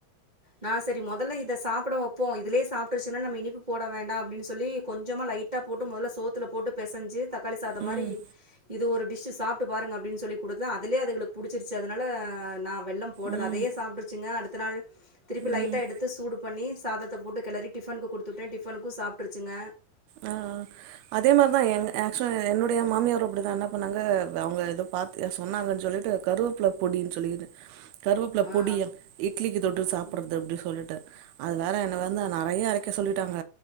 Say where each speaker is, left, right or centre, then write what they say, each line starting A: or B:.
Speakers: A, on the right; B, on the right.
A: நா செரி மொதல்ல இத சாப்புட வப்போ இதுலேயே சாப்ட்ருச்சுன்னா நம்ம இனிப்பு போட வேண்டா அப்டின் சொல்லி கொஞ்சமா லை டா போட்டு மொதல்ல சோத்துல போட்டு பெசஞ்சி தக்காளி சாதோ
B: ம்
A: மாரி இது ஒரு டிஷ்ஷு சாப்ட்டு பாருங்க அப்டின் சொல்லி குடுத்து அதுலயே அதுகளுக் புடிச்சிருச்சி அதனால நா வெள்ளம் போடல
B: ம்
A: அதயே சாப்ட்ருச்சிங்க அடுத்த நாள் திருப்பி லைட்டா
B: ம்
A: எடுத்து சூடு பண்ணி சாதத்த போட்டு கெளறி டிஃபன்க்கு குடுத்து வுட்ட டிஃபனுக்கு சாப்ட்டுருச்சுங்க
B: ஆ அதே மார்தா எங் ஆக்சுலா என்னுடைய மாமியார் அப்டிதா என்ன பண்ணாங்க அவுங்க எது பாத் ஏ சொன்னாங்கன் சொல்லிட்டு கருவேப்ல பொடின் சொல்லிட்டு கருவேப்புல
A: ஆ, ஆ,
B: பொடியா இட்லிக்கு தொட்டு
A: ஆ. ஆறே
B: சாப்புறது
A: முக்கால்
B: அப்டி சொல்ட்டு அத வேறு என்ன வந்து நெறைய அரைக்க சொல்லிட்டாங்க